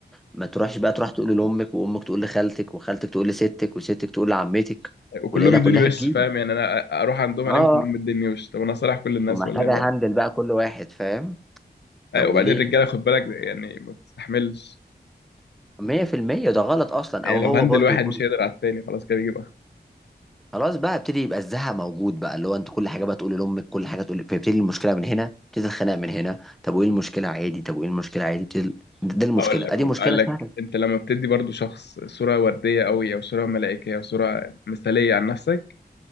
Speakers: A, in the centre; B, on the left (about 80°).
A: ما تروحش بقى تروح تقول لامك وامك تقول لخالتك وخالتك تقول لستك وستك تقول لعمتك
B: وكلهم
A: والعيله
B: يدوني
A: كلها
B: وش
A: تجيب
B: فاهم يعني انا اروح عندهم
A: اه
B: الاقيهم كلهم مديني وش طب انا صالح كل الناس
A: ومحتاجه
B: ولا ايه بقى
A: هندل بقى كل واحد فاهم
B: أي،
A: طب
B: وبعدين
A: وليه
B: الرجاله خد بالك يعني ما بتستحملش
A: 100% ده غلط اصلا
B: يعني
A: او هو
B: لو هندل
A: برضو
B: واحد
A: يكون
B: مش هيقدر على التاني خلاص كده بيجيب اخر
A: خلاص بقى ابتدي يبقى الزهق موجود بقى اللي هو انت كل حاجه بقى تقول لامك كل حاجه تقول فيبتدي المشكله من هنا ابتدي الخناق من هنا طب وايه المشكله عادي طب وايه المشكله عادي ابتدي دي المشكله
B: اقول لك
A: ادي
B: اقول
A: مشكله
B: لك
A: سهله
B: انت لما بتدي برضو شخص صوره ورديه قوي او صوره ملائكيه او صوره مثاليه عن نفسك